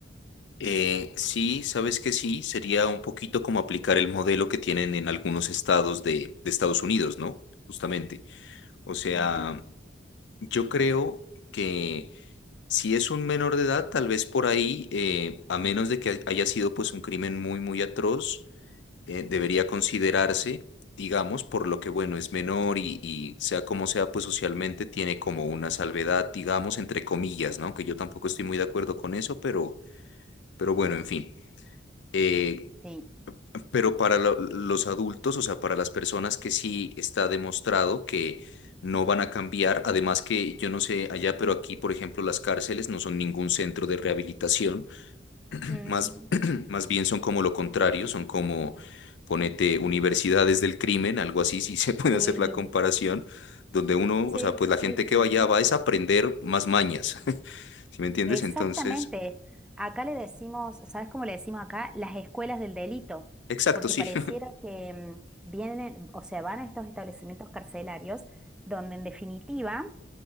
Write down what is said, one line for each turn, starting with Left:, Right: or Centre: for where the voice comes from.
Left: Eh, sí, sabes que sí, sería un poquito como aplicar el modelo que tienen en algunos estados de, de Estados Unidos, ¿no? Justamente. O sea,
Centre: Ujú.
Left: yo creo que si es un menor de edad, tal vez por ahí, eh, a menos de que haya sido pues un crimen muy, muy atroz, eh, debería considerarse, digamos, por lo que, bueno, es menor y, y sea como sea, pues socialmente tiene como una salvedad, digamos, entre comillas, ¿no? Que yo tampoco estoy muy de acuerdo con eso, pero, pero bueno, en fin. Eh,
Centre: Sí.
Left: pero para lo- los adultos, o sea, para las personas que sí está demostrado que no van a cambiar, además que yo no sé allá, pero aquí, por ejemplo, las cárceles no son ningún centro de rehabilitación, <clears throat>
Centre: Mm,
Left: más, <clears throat> más bien son como lo contrario, son como, ponete, universidades del crimen, algo así, si se <laughs> puede
Centre: sí,
Left: hacer la comparación, donde uno,
Centre: sí,
Left: o sea, pues
Centre: sí,
Left: la gente
Centre: sí,
Left: que vaya
Centre: sí.
Left: va es a aprender más mañas, <laughs> ¿sí me entiendes?
Centre: Exactamente.
Left: Entonces,
Centre: Acá le decimos, ¿sabes cómo le decimos acá? Las escuelas del delito,
Left: exacto,
Centre: porque
Left: sí,
Centre: pareciera
Left: <laughs>
Centre: que mm, vienen, o sea, van a estos establecimientos carcelarios donde en definitiva